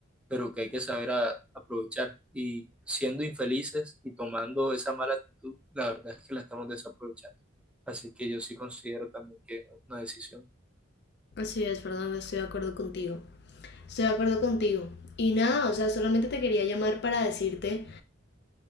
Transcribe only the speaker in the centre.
pero que hay que saber a- aprovechar. Y siendo infelices y tomando esa mala actitud, la verdad es que la estamos desaprovechando. Así que yo sí considero también que es una decisión.